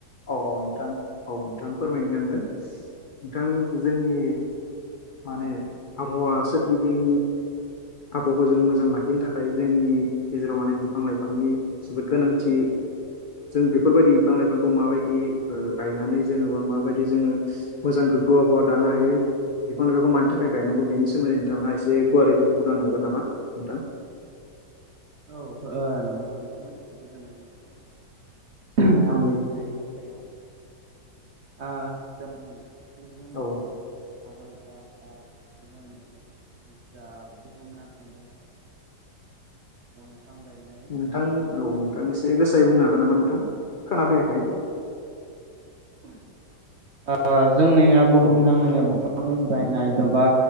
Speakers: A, on the left; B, on the right.
A: औ औ नोंथां औ नोंथां फोरमायनो आङो नोंथां जोंनि माने आबहावा सोरगिदिं आबहावाखौ जों मोजां लाखिनो थाखाय जोंनि गेजेराव माने बिफां लाइफांनि जोबोद गोनांथि जों बेफोरबायदि बिफां लाइफां माबायदि गायनानै जेन'बा माबायदि जोङो मोजां गोग्गोवा गा दानो हायो बिफां लाइफाखौ मानि थाखाय गायनांगौ बेनि सोमोन्दै नोंथाङा एसे गुवारै बुंफुंनो होनो हागोन नामा नोंथां?
B: औ न'आव थांनायाव ज गोजोननाय मोनदों आङो आं मिथिनायनि सायाव आ जों जोंनि
A: औ नोंथां
B: भारत बा जोंनि जा बुहुम नाङैनो दंफां गायनाय
A: नोंथां
B: जों मोनसे
A: औ नोंथां एसे गोसायै बुंनो हागोन नामा नोंथां खोना फैयाखै
B: अ जोंनिया बुहुम
A: औ
B: नाङैनो बिफां गायनाय बा